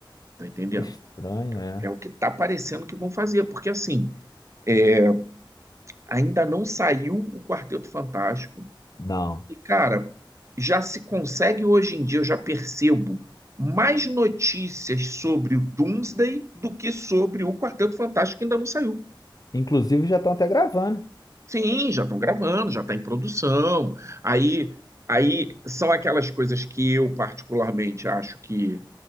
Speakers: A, on the right; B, on the left.
A: tá entendendo?
B: estranho, é.
A: É o que está parecendo que vão fazer, porque assim, é, Ainda não saiu o Quarteto Fantástico.
B: Não.
A: E, cara, já se consegue hoje em dia, eu já percebo mais notícias sobre o Doomsday do que sobre o Quarteto Fantástico que ainda não saiu.
B: Inclusive, já estão até gravando.
A: Sim, já estão gravando, já está em produção. Aí, aí são aquelas coisas que eu particularmente acho que,